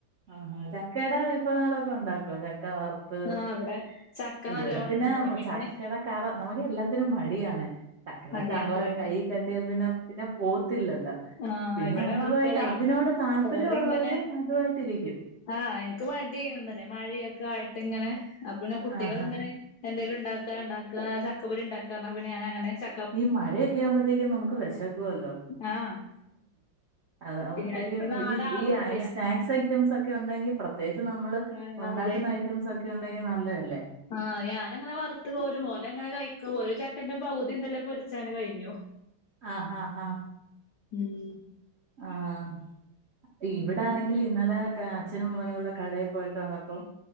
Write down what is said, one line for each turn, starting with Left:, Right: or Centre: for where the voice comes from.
Right: ആഹ് ചക്കയുടെ വിഭവങ്ങളൊക്കെ ഉണ്ടാക്കുവോ ചക്ക വറുത്ത്
Left: ആഹ് ഇവിടെ ചക്ക
Right: ഇവിടെ
Left: നല്ലോണം
Right: പിന്നെ
Left: ഇണ്ട് അപ്പൊ പിന്നെ
Right: ചക്കെടെ കറ നമുക്ക് എല്ലാത്തിനും മടിയാണ് ചക്കടെ
Left: അടിയാണല്ലേ
Right: കറ കൈയിൽ തട്ടിയ പിന്നെ പിന്നെ പോവ്ത്തില്ലല്ലോ
Left: ആഹ്
Right: പിന്നെ
Left: ഇവിടെ
Right: അതുായിട്ട്
Left: മക്കളെ
Right: അതിനോട് താല്പര്യമുള്ളവര്
Left: ഓരിങ്ങനെ
Right: അതുവായിട്ട് ഇരിക്കും
Left: ആഹ് എനിക്ക് മടിയായ്ന്ന് ഇന്നലെ മഴയൊക്കെ ആയിട്ട് ഇങ്ങനെ പിന്നെ കുട്ടികള്
Right: ആഹാ
Left: ങ്ങനെ എന്തേലുണ്ടാക്കാണ്ടാക്കാ ചക്കപൊരിണ്ടാക്കാ പറഞ്ഞപ്പോ പിന്നെ ഞാനങ്ങനെ ച
Right: ഈ മഴയൊക്കെ ആവുമ്പോത്തേക്കും നമുക്ക് വെശക്കുവല്ലോ
Left: ആഹ്
Right: അത്‌ ആവുമ്പത്തേക്കും
Left: പിന്നെ നാലാളും
Right: ഈ ഈ
Left: ഇല്ല
Right: ഐ സ്നാക്സ് ഐറ്റംസ് ഒക്കെ ഉണ്ടെങ്കി പ്രത്യേകിച്ച് നമ്മള്
Left: ആഹ്
Right: ഉണ്ടാക്കുന്ന
Left: അതെ
Right: ഐറ്റംസ് ഒക്കെ ഉണ്ടെങ്കി നല്ലതല്ലേ
Left: ആഹ് ഞാനങ്ങനെ വറുത്ത് കോരും ഒലങ്ങനെ കഴിക്കും ഒരു ചക്കന്റെ പവുതി ഇന്നലെ പൊരിച്ചങ്ങനെ കഴിഞ്ഞു
Right: ആഹ് ഹാ ഹാ
Left: ഉം
Right: ആഹ് ഇവിടെ ആണെങ്കിൽ ഇന്നലെ അച്ഛനും മോനും കൂടെ കടയിൽ പോയിട്ട് വന്നപ്പോ